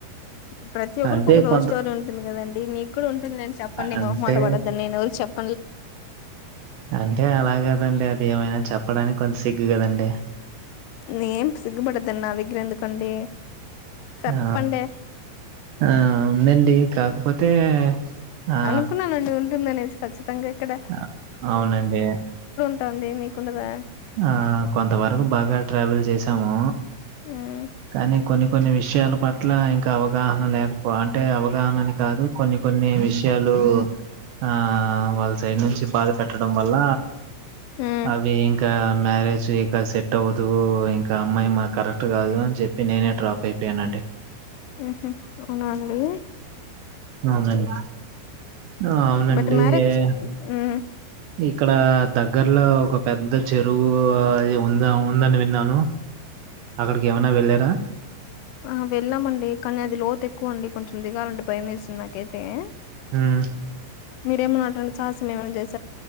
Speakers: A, on the left (about 80°); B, on the right (about 75°).
A: ఇప్పుడు ప్రతి ఒక్కరికి
B: అంటే
A: ఒక లవ్
B: కొంత
A: స్టోరీ ఉంటుంది కదండి మీకు కూడా ఉంటుంది అని చెప్పండి
B: అంటే
A: మోహమాట పడొద్దని నేను ఎరు చెప్
B: అంటే అలా కాదు కదండి అది ఏమైనా చెప్పడానికి కొంత సిగ్గు కదండి
A: నేేం సిగ్గుపడద్దన్ నా దగ్గర ఎందుకండి చెప్పండి
B: ఆ ఆ ఉందండి కాకపోతే ఆ
A: అనుకున్నానండి ఉంటుందనేసి ఖచ్చితంగా ఇక్కడ
B: అ అవునండి
A: ఉంటుంది మీకుండదా
B: ఆ కొంతవరకు బాగా ట్రావెల్ చేసాము
A: ఉమ్
B: కానీ కొన్ని కొన్ని విషయాల పట్ల ఇంకా అవగాహన లేకపో అంటే అవగాహనని కాదు కొన్ని కొన్ని విషయాలు ఆ వాళ్లు సైడ్ నుంచి బాధ పెట్టడం వల్ల
A: ఉమ్
B: అవీ ఇంకా మ్యారేజ్ ఇక సెట్ అవ్వదు ఇంకా అమ్మాయి మన కరెక్ట్ కాదు అని చెప్పి నేనే డ్రాప్ అయిపోయనండి
A: హ్మ్ హు అవునా అండి
B: అవునండి ఆ, అవునండి
A: బట్ మ్యారేజ్
B: ఏ-
A: చే హ్మ్
B: ఇక్కడ దగ్గర్లో ఒక పెద్ద చెరువు అది ఉందా ఉందని విన్నాను అక్కడికి ఏమన్నా వెళ్ళారా
A: ఆ వెళ్ళామండి కానీ అది లోతు ఎక్కువ అండి కొంచెం దిగాలండి భయం వేసింది నాకేతే ఆ
B: ఉమ్
A: మీరేం రెండు సాలు మేమేం చెస్